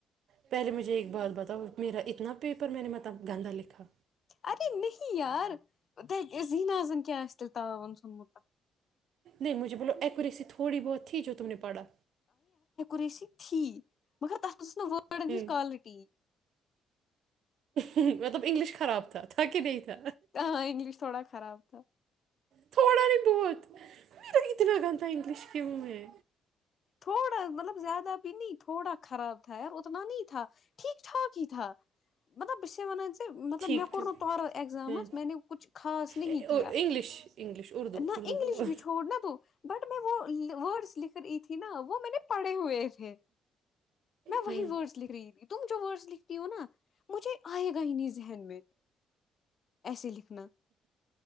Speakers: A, on the right (about 70°); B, on the left (about 50°).
A: پہلے مجھے ایک بات بتا میرا اتنا پیپر میں نے متب گندا لکھا
B: ارے نہیں یار ذہناظن کی آ تیل تعاون سثونمت
A: جھے بولو ایکوریسی تھوڑی بہت ت جو تم نے پڑا
B: ریسی ت مگر ت <unintelligible> بس وڈ
A: ہوں
B: ہچ کالٹی <unintelligible>
A: مطلب انگلش خراب تھا تھا کہ نہیں تھا
B: ہاں انگلش تھوڑا خراب تھا
A: تھوڑا نہیں بہت میر اتنا گند تھا انگلش کیوں ہے
B: تھوڑا مطلب زیادہ بھی نہیں تھوڑا خراب تھا یار اتنا نہیں تھا ٹھیک ٹھاک ہی تھا مطلب اسے منا مطلب
A: ٹھیک
B: م کور
A: ٹھیک
B: ن ت اگزامس
A: ہوں
B: میں نے کچھ خاص نہیں
A: انگلش
B: ک ن
A: انگلش اردو
B: نہ
A: اردو
B: انگلش
A: بولو
B: بھی چھوڑ ن تو بٹ میں وہورڈس لکھ کر تھی نا وہ میں نے پڑے ہوئے ہے میں وہی
A: ہوں
B: ورڈس لکھ رہی تھی تم جو ورڈس لکھتی ہو نا مجھے آئے گا انہیں ذہن میں ایسے لکھنا